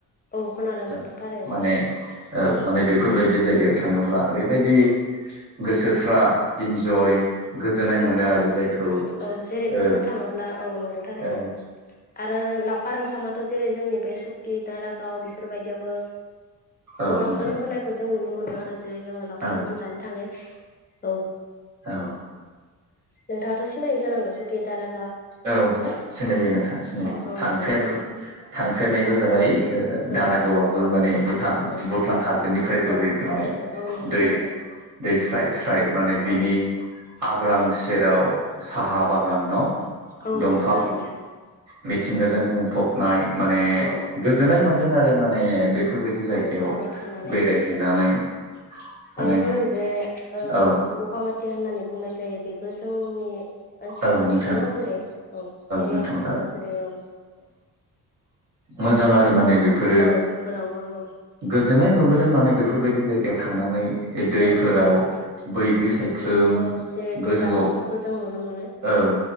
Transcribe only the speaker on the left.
औ खोनादों
नोंथां थारैनो
औ
औ जेरै बुंनो
थाङोब्ला औ नंगौ थारैनो
आरो लाव खार ओंखामाथ' जेरै जोंनि बे सुकि दारागाव बेफोरबायदियावबो
गोबांखौनो
होनायखौ जों नुनो मोनो आरो जेरै जोङो लावखार
ओंखाम जानो थाङो औ।
नोंथाङाथ' सिनायै जानांगौ सकि दारा
औ
नंगौ थारैनो
औ
औ
औ
भुटान हाजो औ नंगौ
थारैनो
औ
औ
नंगौ थारैनो
औ
औ बेफोराव थांनानै
आरो जोंनि बे ओ
बगामाथि होननानै बुंनाय जायो बेबो जोंनि ओनसोल
खाथियावनो
जेरै औ एरिया
खाथियावनो
जेरै औ
औ बेफोरावबो औ
औ
औ जेरै दै
बाज्रुमफोरखौ जों नुनो मोनो